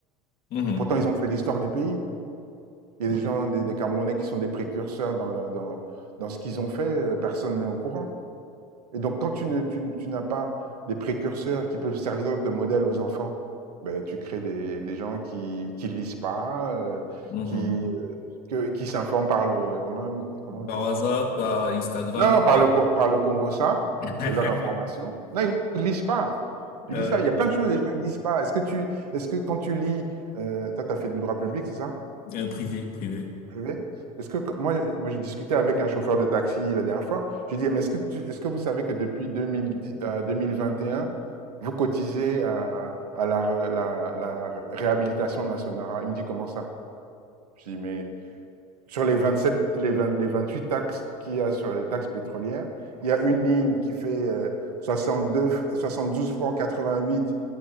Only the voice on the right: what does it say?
Pourtant, ils ont fait l'histoire du pays. Il y a
des gens, des, des Camerounais qui sont des précurseurs dans, le, dans, dans ce qu'ils ont fait, euh, personne n'est au courant. Et donc, quand tu, ne- tu- tu n'as pas des précurseurs qui peuvent servir de modèle aux enfants, ben, tu crées des, des gens qui qui lisent pas, euh,
qui, euh, que- qui s'informent par le... Comment, on- comment on
dit?
Attends.
Non, par
le, Con- par le Congo, ça,
c'est leur information. Non, ils lisent pas. Il
lisent ça. Il y a plein de choses, les gens, ne lisent pas. Est-ce que tu, est-ce que quand tu lis, euh, toi, t'as fait du droit public, c'est ça?
Privé? Est-ce que, quand- moi, moi, j'ai discuté avec un chauffeur de taxi la dernière fois. J'ai dit, mais est-ce que tu, est-ce que vous savez que depuis 2010 euh, 2021, vous cotisez à, à la, re- la, la réhabilitation de la Sonora? Il me dit, comment ça? Je dis, mais sur les 27, les 20 les 28 taxes qu'il y a sur les taxes pétrolières, il y a une ligne qui fait euh, 62, 72 francs 88